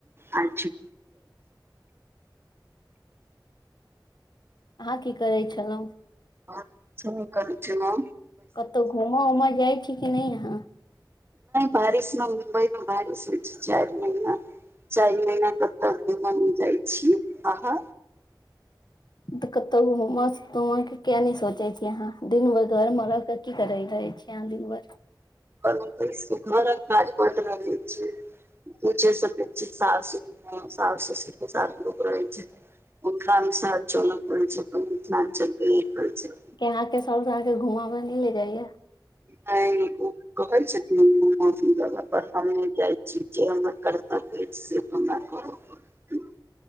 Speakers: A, on the right (about 30°); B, on the left (about 65°).
A: आ छी
B: अहाँ की करै छलहुँ
A: आ च कर छय ने
B: कतहु घूमऽ उमऽ जाइ छी कि नय अहाँ
A: बारिश न मुम्बइ न बारिश होइ छय चार महिना चारिल महिना तऽ तऽ घ हमन जाइ छी आह
B: त कतौ घुमा सुतमा के किया ने सोचे छी यहा दिन भर घर मे र के की करे रहे छी च दिन ब
A: पर घर खाज पत रहै छी ओ छै सप्च ससए रुप स सए सप सात लोक रहै छै ओथिलरा अनुसार चल प छै अपन मिथिलञ्चलके कर छै
B: केहाँ के सह के घूम में न ले जाइया
A: <inaudible> कहै छथिन <unintelligible> जगह पर हमहु जाइ छी जे हमर कर्तव्य अछि से हमरा कर परत <inaudible>